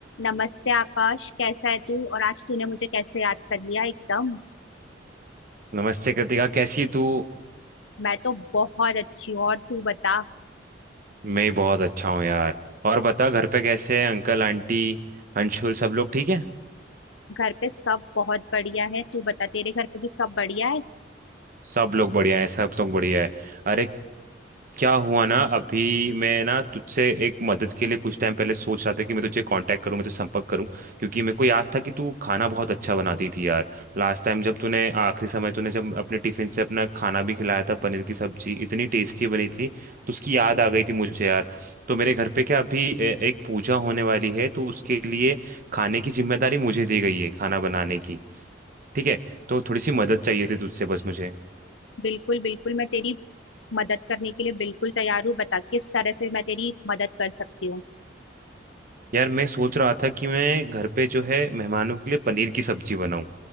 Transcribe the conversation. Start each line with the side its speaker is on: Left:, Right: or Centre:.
Left: नमस्ते आकाश कैसा है तू और आज तूने मुझे कैसे याद कर लिया एकदम
Right: नमस्ते कृतिका कैसी तू
Left: मैं तो बहुत अच्छी हूँ और तू बता
Right: मैं बहुत अच्छा हूँ यार और बता घर पे कैसे हैं अंकल आंटी अंशुल सब लोग ठीक है
Left: घर पे सब बहुत बढ़िया है तू बता तेरे घर पे भी सब बढ़िया है
Right: सब लोग बढ़िया हैं सब लोग बढ़िया है अरे क्या हुआ ना अभी मैं ना तुझसे एक मदद के लिए कुछ टाइम पहले सोच रहा था कि मैं तुझे कांटेक्ट करूं मैं तुझसे संपर्क करूं क्योंकि मेरे को याद था कि तू खाना बहुत अच्छा बनाती थी यार लास्ट टाइम जब तूने आखिरी समय तूने जब अपने टिफिन से अपना खाना भी खिलाया था पनीर की सब्जी इतनी टेस्टी बनी थी तो उसकी याद आ गई थी मुझे यार तो मेरे घर पे क्या अभी ए, एक पूजा होने वाली है तो उसके लिए खाने की जिम्मेदारी मुझे दी गई है खाना बनाने की ठीक है तो थोड़ी सी मदद चाहिए थी तुझसे बस मुझे
Left: बिल्कुल बिल्कुल मैं तेरी मदद करने के लिए बिल्कुल तैयार हूँ बता किस तरह से मैं तेरी मदद कर सकती हूँ
Right: यार मैं सोच रहा था कि मैं घर पे जो है मेहमानों के लिए पनीर की सब्जी बनाऊं